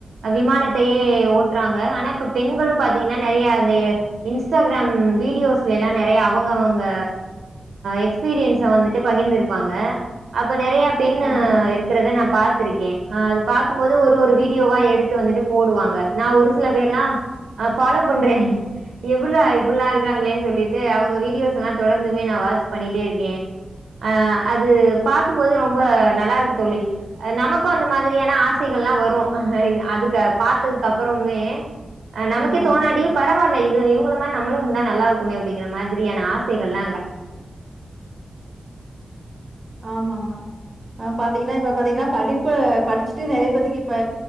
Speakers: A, on the right; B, on the right.
A: விமானத்தையே ஓட்டுறாங்க ஆனா இப்ப பெண்களும் பாத்தீங்கன்னா நெறைய அந்த இன்ஸ்டாகிராம் வீடியோஸ்லல்லா நெறைய அவுங்க அவுங்க எக்ஸ்பீரியன்ஸ் வந்துட்டு பகிர்ந்துருப்பாங்க அப் இப்ப நேறைய பெண்
B: ஆமா.
A: இருக்கறது நா பாத்திருக்கே அது பாக்கும்போது ஒரு ஒரு வீடியோவா எடுத்து வந்துட்டு போடுவாங்க நா ஒரு சில பேர்லா ஃபாலோ பண்றே எப்புட்றா இப்டியெல்லா இரு இருக்காங்களே சொல்லிட்டு அவுங்க வீடியோஸ் எல்லா தொடர்ந்துமே நா வாட்ச் பண்ணிட்டே இருக்கே அஹ் அது பாக்கும் போது ரொம்ப நல்லா இருக்கு தோழி நமக்கோ அந்த மாதிரியான ஆசைகள்லா வரோ அதுக்கு பாத்ததுக்கு அப்புறமே அஹ் நமக்கே
B: ஆமாமா.
A: தோணாட்டியு பரவால்ல இது இவுங்க மா நம்மலு நல்லா இருக்குமே அப்டிங்கிற மாரியான ஆசைகள்லா
B: ஆமா ஆமா பாத்தீங்கன்னா இப்ப பாத்தீங்கன்னா படிப்பு படிச்சுட்டு நெறைய பேத்துக்கு இப்ப